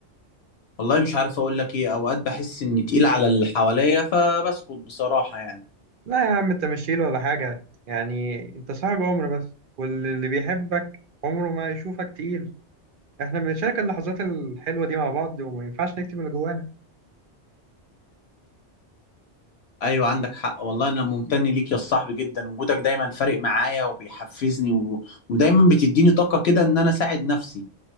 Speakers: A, on the left; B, on the right.
A: والله مش عارف اقول لك ايه اوقات بحس اني تقيل على اللي حواليا فبسكت بصراحة يعني
B: لا يا عم أنت مش شايل ولا حاجة يعني أنت صاحب عمر بس واللي بيحبك عمره ما هيشوفك تقيل احنا بنشارك اللحظات الحلوة دي مع بعض وما ينفعش نكتب اللي جوانا
A: ايوه عندك حق والله انا ممتن ليك يا صاحبي جدا وجودك دايما فارق معايا وبيحفزني و... ودايما بتديني طاقة كده ان انا اساعد نفسي